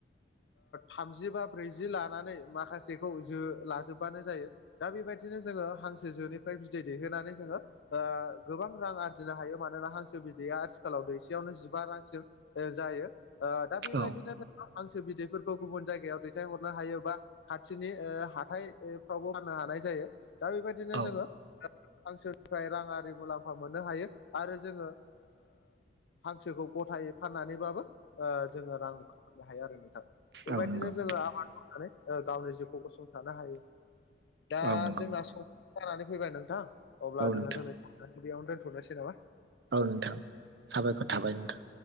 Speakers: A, on the left; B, on the right.
A: थामजि बा ब्रैजि लानानै माखासेखौ जो लाजोब्बानो जायो। दा बेबायदिनो जोङो हांसो जोनिफ्राय बिदै दैहोनानै जोङो। गोबां रां आरजिनो हायो मानोना हांसो बिदैया आथिखालाव दै नो जिबा रांसिम जायो दा बेबायदिनो
B: औ
A: हांसो बिदैफोरखौ गुबुन जायगायाव दैथाय हरनो हायोबा खाथिनि हाथायफ्रावबो फाननो हानाय जायो दा बेबायदिनो
B: औ
A: जोङो हांसोनिफ्राय राङि मुलाम्फा मोननो हायो आरो जोङो हांसोखौ गथायै फाननानैबाबो जोङो रां खनो हायो आरो नोंथां बेबायदिनो
B: औ नंगौ
A: जोङो आबाद मावनानै गावनि जिउखौ गसंथानो हायो दा
B: औ नंगौ
A: जोंना सं जानानै फैबाय नोंथां अब्ला
B: औ नोंथां
A: जोङो जोंनि बेयावनो दोनथ'नोसै नामा
B: औ नोंथां साबायखर थाबाय नोंथां